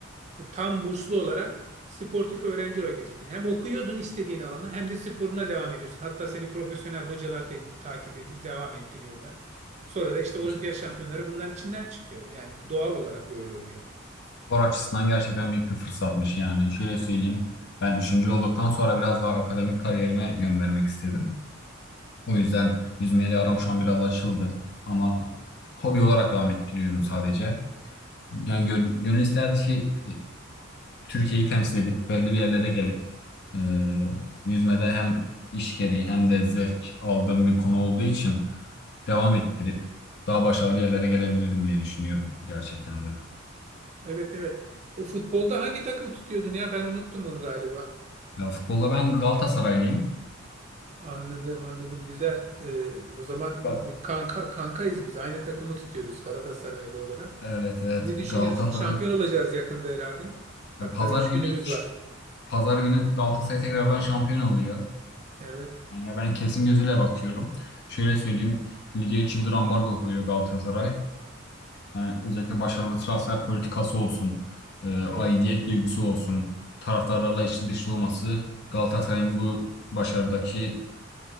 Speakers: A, on the right; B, on the left.
A: e, tam burslu olarak sportif öğrenci olarak girecektin. Hem okuyordun istediğin alana hem de sporuna devam ediyorsun. Hatta seni profesyonel hocalar te- takip edip devam ettiriyorlar. Sonra da işte
B: Gerçekten.
A: olimpiyat şampiyonları bunların içinden çıkıyor. Yani doğal olarak böyle oluyor.
B: Spor açısından gerçekten büyük bir fırsatmış yani. Şöyle söyleyeyim. Ben üçüncü olduktan sonra biraz daha akademik kariyerime yön vermek istedim. O yüzden yüzmeyle aram şu an biraz açıldı. Ama hobi olarak devam ettiriyorum sadece. Yani gön- gönül isterdi ki e, Türkiye'yi temsil edip belli bir yerlere gelip e, yüzmede hem iş gereği hem de zevk aldığım bir konu olduğu için devam ettirip daha başarılı yerlere gelebilirdim diye düşünüyorum gerçekten de.
A: Evet evet. E, futbolda hangi takımı tutuyordun ya? Ben unuttum onu galiba.
B: Ya futbolda ben Galatasaraylıyım.
A: Anladım anladım güzel. E, o zaman
B: Gal-
A: e, kanka kankayız biz. Aynı takımı tutuyoruz Galatasaraylı olarak.
B: Evet evet
A: Ne düşünüyorsun?
B: Galatasaray
A: Şampiyon olacağız yakında herhalde. Hatta
B: Ya pazar
A: üç
B: günü
A: günümüz var.
B: pazar günü Galatasaray tekrardan şampiyon oluyor.
A: Evet.
B: Yani ben kesin gözüyle bakıyorum. Şöyle söyleyeyim lige 3 yıldır ambargo koyuyor Galatasaray. Yani özellikle başarılı transfer politikası olsun, e, aidiyet
A: Evet.
B: duygusu olsun, taraftarlarla içli dışlı olması Galatasaray'ın bu başarıdaki